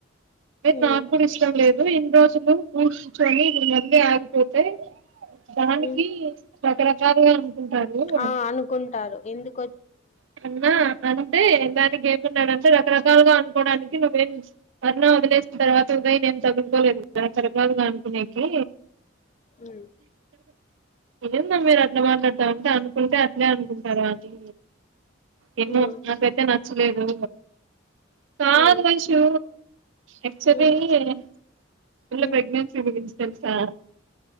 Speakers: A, on the left (about 35°); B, on the right (about 65°).
A: ఉమ్
B: నాక్ గుడ ఇష్టం లేదు. లు ఇన్ని రోజులు <unintelligible> దానికి
A: ఉమ్
B: రకరకాలుగా అనుకుంటారు
A: ఆ అనుకుంటారు ఎందుక్
B: ఆ అన్నా అంటే దానికి ఏం అన్నాడంటే రకరకాలుగా అనుకోడానికి నువ్వేం అన్నా వదిలేసిన్ తర్వాత ఉదయ్ నేను తగులుకోలేదు కదా రకరకాలుగా అనుకునేకి
A: మ్
B: ఏంది మీరు అట్లా మాట్లాడతామంటే అనుకుంటే అట్లే అనుకుంటారు వాళ్లు ఏమో
A: ఉమ్
B: నాకైతే నచ్చలేదు కాదు
A: ఉమ్
B: వైషూ యాక్టుల్ల్య్
A: ఉమ్
B: మళ్ళ
A: ఉమ్
B: ప్రెగ్నెన్సీ గురించి తెల్సా